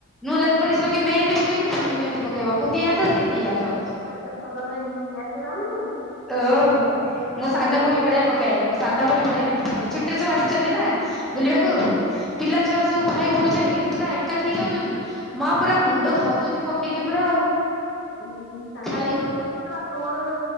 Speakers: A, in the centre; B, on the left.
A: ମୁଁ ନେଲ୍ ପଲିସ୍ ଲଗେଇ ମେହେନ୍ଦି ପକେଇବି ସେ ବି ମେହେନ୍ଦି ପକେଇବ ମୁଁ ଦି ହାତ ସେ ଦି ହାତ।
B: ଆଚ୍ଛା ଭଲ ମେହେନ୍ଦି ପକେଇ ଆସେ ତମକୁ?
A: ଓହ ମୁଁ ସାନ
B: ଭଲ
A: ଭଉଣୀ ବଢିଆ ପକାଏ ମୋ ସାନ ଭଉଣୀ ବଢିଆ ମେହେନ୍ଦି ପକାଏ ଛୁଟିରେ ସବୁ ଆସିୁଛନ୍ତି ନା। ବୁଲିବାକୁ।
B: ହୁଁ
A: ପିଲା ଛୁଆ ସବୁ ଭାଇ ଭଉଣୀ ସବୁ ଯଉ ପୁରା ଏକାଠି ହେଇଯାଉଛନ୍ତି ମା ପୁରା ମୁଣ୍ଡ ଖାଉଛନ୍ତି ପକେଇକି। ପୁରା ଆଉ।
B: ଉୁଁ ହୁଁ ଶାଶୁ
A: ଖାଲି
B: ଘରଠୁ ବାପ ଘରଟା